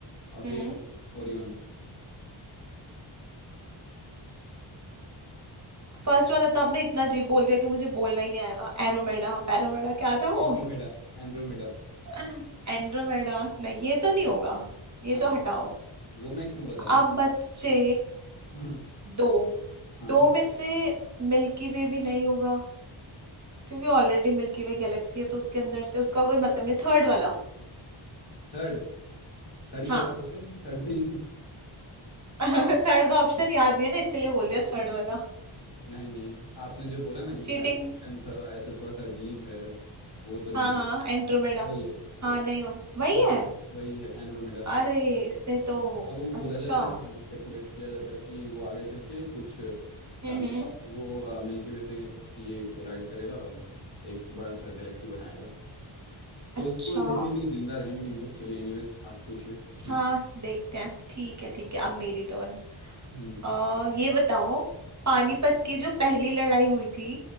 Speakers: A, on the left; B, on the right.
A: और फिर
B: हम्म
A: ओरियन
B: फर्स्ट वाला तो आपने इतना जी बोल दिया कि मुझे बोलना ही नहीं आएगा एरोमेडा पैरोमेडा क्या था वो
A: एंड्रोमेडा एंड्रोमेडा
B: <laughs> एंड्रोमेडा नहीं ये तो नहीं होगा ये
A: हाँ
B: तो हटाओ
A: वो मैं क्यों बताऊंगा
B: अब बच्चे
A: हाँ
B: दो
A: हाँ
B: दो में से मिल्की वे भी नहीं होगा क्योंकि ऑलरेडी मिल्की वे गैलेक्सी है तो उसके अंदर से उसका कोई मतलब नहीं थर्ड वाला
A: थर्ड थर्ड
B: हाँ
A: क्या था वैसे थर्ड भी
B: <laughs> थर्ड का ऑप्शन याद नहीं है ना इसलिए बोल दिया थर्ड
A: <laughs>
B: वाला
A: नहीं नहीं आपने जो बोला ना कि पहला
B: चीटिंग
A: ऑप्शन था ऐसे थोड़ा सा अजीब है वो तो नहीं
B: हाँ
A: होगा
B: हाँ एंड्रोमेडा
A: वही है तो
B: हाँ नहीं हो वही
A: वो-
B: है
A: वही है एंड्रोमेडा
B: अरे इसने तो
A: अब वो
B: अच्छा
A: बोला जाता है ना स्पेकुलेट किया जाता है कि वो आगे चल के कुछ सालों
B: हम्म हम्म
A: बाद वो मिल्की वे से ये कोलाइड करेगा और एक बड़ा सा गैलेक्सी बनाएगा तो
B: अच्छा
A: उसको देखने के लिए जिंदा रहेंगे नहीं हम लोग चलिए एनीवेज आप पूछिए नेक्स्ट
B: हाँ देखते हैं ठीक है ठीक है अब मेरी टर्न
A: हम्म
B: अ ये बताओ पानीपत की जो पहली लड़ाई हुई थी